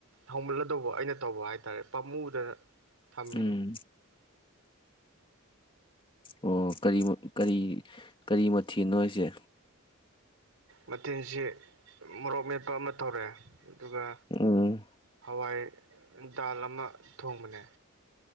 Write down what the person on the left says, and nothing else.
ꯎꯝ ꯑꯣ ꯀꯔꯤ ꯀꯔꯤ ꯀꯔꯤ ꯃꯊꯦꯜꯅꯣ ꯍꯥꯏꯁꯦ
ꯎꯝ